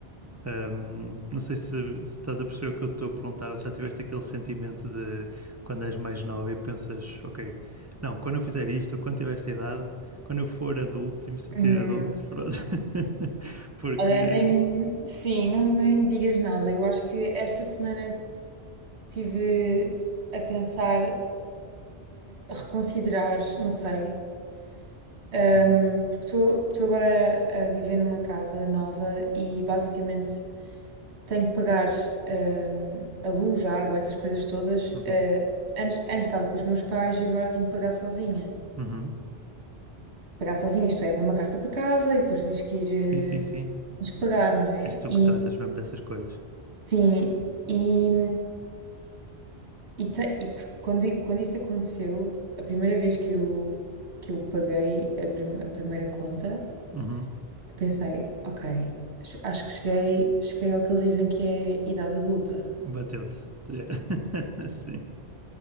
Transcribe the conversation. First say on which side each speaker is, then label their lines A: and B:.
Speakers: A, on the right; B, on the right.
A: Ahm, não sei se, se estás a perceber o que eu estou a perguntar, ou se já tiveste aquele sentimento de quando és mais nova e pensas, ok, não, quando eu fizer isto, ou quando tiver esta idade, quando eu for adulto e me sentir
B: Uhum.
A: adulto, pronto. <laughs> Porque.
B: Olha, nem, sim, não, nem me digas nada. Eu acho que esta semana tive a pensar, a reconsiderar, não sei. Ahm,
A: Uhum,
B: porque estou agora a viver numa casa nova e basicamente tenho que pagar ahm, a luz, a água, essas coisas todas.
A: uhum,
B: Ah, antes, antes estava com os meus pais e agora tenho que pagar sozinha.
A: uhum.
B: Pagar sozinha, isto é, vem uma carta para casa e depois tens que ir
A: Sim, sim, sim.
B: eh, Tens que pagar, não é?
A: És tu
B: E
A: que tratas mesmo dessas coisas.
B: sim, e, e, te- e p- quando, quando isso aconteceu, a primeira vez que eu, que eu paguei a, prim- a primeira conta,
A: Uhum.
B: eu pensei, ok, ch- acho que cheguei, cheguei ao que eles dizem que é idade adulta.
A: Bateu-te. <laughs> Sim.